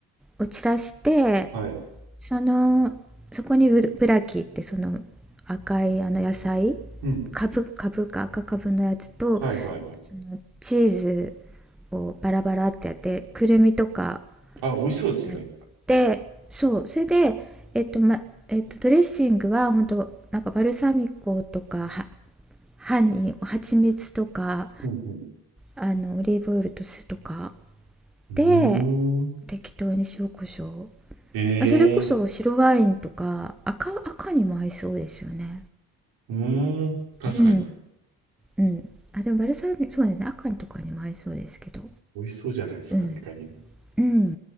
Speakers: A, in the centre; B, on the right.
A: を散らして
B: はい。
A: そのそこにブルブラキってその赤いあの野菜
B: うん、
A: カブかブか赤カブのやつと
B: はい、はい、はい。
A: そのチーズをバラバラってやってくるみとか
B: あ、美味しそうですね。
A: やってそうそれで、えっとまえっと、ドレッシングは本当なんかバルサミコとかはハニー蜂蜜とか
B: うん、う
A: あのオリーブオイルと酢とか
B: ん。
A: で
B: うーん。
A: 適当に塩コショウ
B: え
A: あそれこそ白ワインとか赤赤にも合いそうですよね
B: え、うーん。確かに。
A: うんうんあでもバルサミコそうですね赤とかにも合いそうですけど
B: 美味しそうじゃないですか、
A: うん
B: いかにも。
A: うん